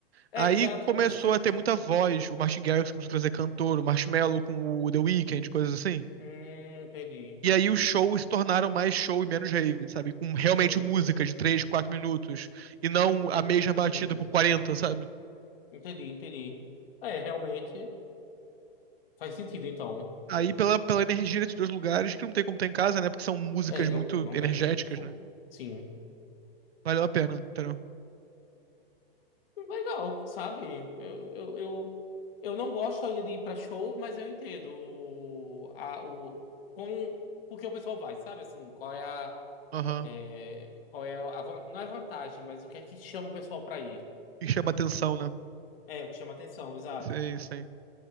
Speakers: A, on the left; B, on the right.
A: É,
B: Aí
A: exato,
B: começou
A: por isso que.
B: a ter muita voz, o Martin Garrix começou a trazer cantor, o Marshmello com o The Weeknd, coisas assim.
A: Hum, entendi,
B: E aí os shows se tornaram mais show e menos rave, sabe? Com realmente
A: entendi.
B: músicas de 3 4 minutos e não
A: Hum,
B: a mesma batida por quarenta sabe?
A: entendi, entendi. É, realmente faz sentido, então.
B: Aí pela, pela energia desses dois lugares que não tem como ter em casa, né? Porque são músicas
A: É, não,
B: muito
A: não
B: energéticas,
A: tem, não tem como.
B: né?
A: Sim.
B: Valeu a pena, entendeu?
A: Legal, sabe? Eu, eu, eu, eu não gosto ainda de ir pra show, mas eu entendo o, a, o, com, porque o pessoal vai, sabe? Assim, qual é a,
B: Aham.
A: é, qual é a, van- não é vantagem, mas o que é que chama o pessoal pra ir?
B: E chama atenção, né?
A: É, o que chama atenção, exato.
B: Sim, sim.